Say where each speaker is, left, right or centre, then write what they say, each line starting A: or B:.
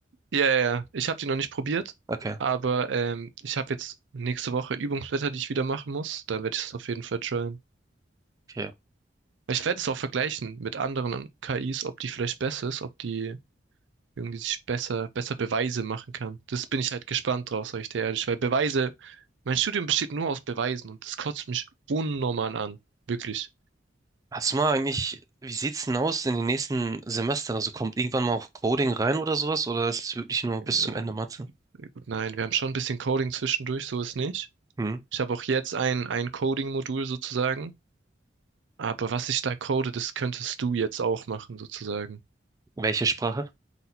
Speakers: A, on the right (about 80°); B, on the right (about 20°).
A: Ja, ja, ja. ich habe die noch nicht probiert,
B: Okay,
A: aber ähm, ich habe jetzt nächste Woche Übungsblätter, die ich wieder machen muss. Da werde ich es auf jeden Fall tryen.
B: okay.
A: Ich werde es auch vergleichen mit anderen KIs, ob die vielleicht besser ist, ob die irgendwie sich besser, besser Beweise machen kann. Das bin ich halt gespannt drauf, sag ich dir ehrlich, weil Beweise, mein Studium besteht nur aus Beweisen und das kotzt mich unnormal an. Wirklich.
B: Hast du mal eigentlich, wie sieht's denn aus in den nächsten Semestern? Also kommt irgendwann mal auch Coding rein oder sowas? Oder ist es wirklich nur
A: Äh,
B: bis zum Ende Mathe?
A: gut, nein, wir haben schon ein bisschen Coding zwischendurch, so ist nicht.
B: Hm?
A: Ich habe auch jetzt ein, ein Coding-Modul sozusagen. Aber was ich da code, das könntest du jetzt auch machen, sozusagen.
B: Welche Sprache?